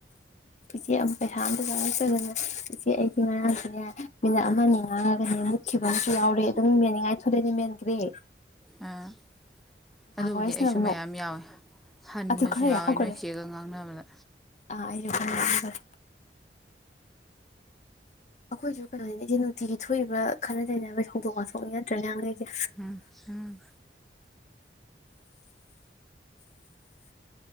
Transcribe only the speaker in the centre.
ꯑꯥ ꯑꯗꯨꯕꯨꯗꯤ
ꯑꯩꯁꯨ
ꯃꯌꯥꯝ ꯌꯥꯎꯏꯤ ꯍꯟꯕꯁꯨ
ꯌꯥꯎꯋꯦ
ꯅꯣꯏ ꯆꯦꯒ ꯉꯥꯡꯅꯕꯗ
ꯎꯝ ꯎꯝ